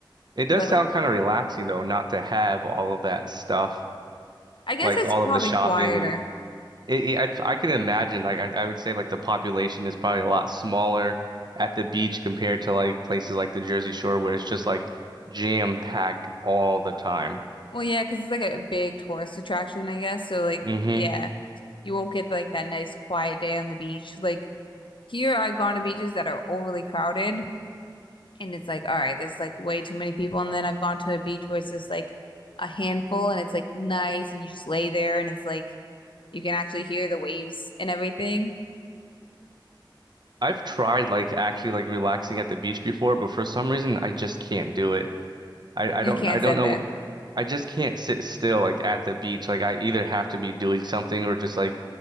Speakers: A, on the right (about 60°); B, on the left (about 80°).
A: It does
B: But
A: sound
B: like
A: kind of relaxing though, not to have all of that stuff,
B: I guess
A: like
B: it's
A: all
B: probably
A: of the shopping
B: quieter.
A: and it, it, I I can imagine like I, I would say like the population is probably a lot smaller at the beach compared to like places like the Jersey Shore where it's just like jam packed all the time.
B: Well, yeah, because it's like a big tourist attraction, I guess. So like
A: hmm
B: yeah, you won't get like that nice quiet day on the beach. Like here, I've gone to beaches that are overly crowded. and it's like, all right, there's like way too many people. And then I've gone to a beach where it's just like a handful and it's like nice and you just lay there and it's like you can actually hear the waves and everything.
A: I've tried like actually like relaxing at the beach before, but for some reason I just can't do it. I,
B: You
A: I don't
B: can't
A: I don't
B: sit
A: know
B: there.
A: I just can't sit still like at the beach. Like I either have to be doing something or just like